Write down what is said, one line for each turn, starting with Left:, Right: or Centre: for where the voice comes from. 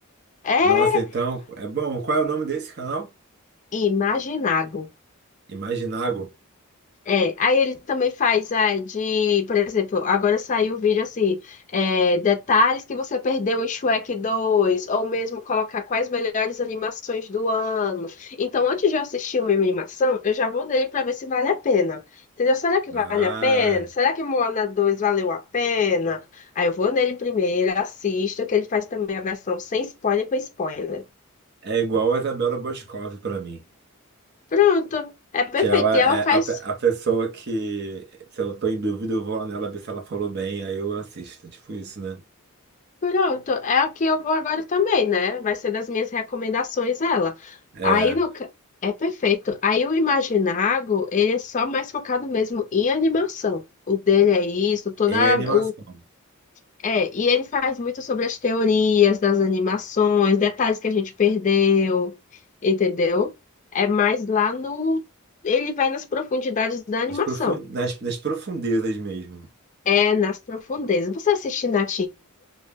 Left: É.
Right: Nossa, então, é bom. Qual é o nome desse canal?
Left: Imaginago.
Right: Imaginago.
Left: É, aí ele também faz é, de, por exemplo, agora saiu o vídeo assim, é, detalhes que você perdeu em Shrek 2, ou mesmo colocar quais melhores animações do ano. Então, antes de eu assistir uma animação, eu já vou nele para ver se vale a pena. Entendeu? Será que
Right: Ah,
Left: vale a pena? Será que Moana 2 valeu a pena? Aí eu vou nele primeiro, assisto, que ele faz também a versão sem spoiler com spoiler.
Right: é igual a Isabela Boscov pra mim.
Left: Pronto, é perfeito.
Right: Que ela
Left: E ela
Right: é
Left: faz.
Right: a, pe- a pessoa que, se eu tô em dúvida, eu vou lá nela ver se ela falou bem, aí eu assisto. Tipo isso, né?
Left: Pronto, é a que eu vou agora também, né? Vai ser das minhas recomendações ela.
Right: É,
Left: Aí no... ca- é perfeito. Aí o Imaginago, ele é só mais focado mesmo em animação. O dele é isso, toda
Right: em animação.
Left: o é, e ele faz muito sobre as teorias das animações, detalhes que a gente perdeu, entendeu? É mais lá no ele vai nas profundidades da animação.
Right: Nas, profun nas, nas profundezas mesmo.
Left: É nas profundezas. Você assiste na